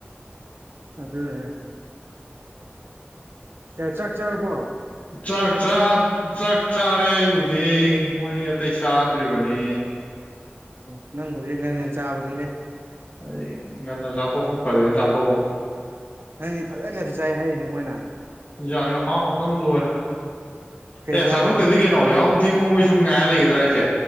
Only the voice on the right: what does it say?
ꯑꯗꯨꯅꯅꯤ ꯑꯦ ꯆꯥꯛ ꯆꯥꯔꯔꯕꯣ
ꯑꯣ ꯅꯪꯕꯨꯗꯤ ꯉꯥꯟ ꯉꯥꯟ ꯆꯥꯕꯅꯤꯅꯦ
ꯅꯪꯗꯤ ꯐꯖꯅ ꯉꯥꯟꯅ ꯆꯥꯏ ꯍꯥꯏꯔꯤꯅꯦ ꯃꯣꯏꯅ
ꯀꯩ
ꯏꯟꯖꯥꯡꯅꯣ
ꯍꯥꯏꯁꯦ